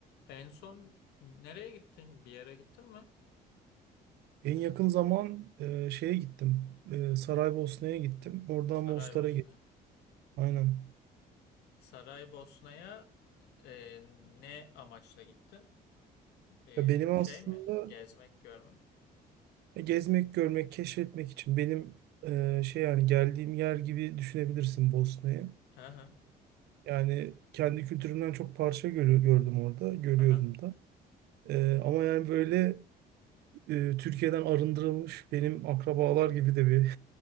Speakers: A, on the left; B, on the right.
A: En son nereye gittin? Bir yere gittin mi?
B: En yakın zaman e, şeye gittim. E, Saraybosna'ya gittim. Oradan
A: Saraybosna'ya.
B: Mostar'a gittim. Aynen.
A: Saraybosna'ya e, ne amaçla gittin? E,
B: Ya benim
A: şey
B: aslında
A: mi? Gezmek, görmek?
B: gezmek, görmek, keşfetmek için benim e, şey yani geldiğim yer gibi düşünebilirsin Bosna'yı.
A: Aha,
B: Yani kendi kültürümden çok parça görü- gördüm orada, görüyorum
A: aha,
B: da. E, ama yani böyle e, Türkiye'den arındırılmış benim akrabalar gibi de bir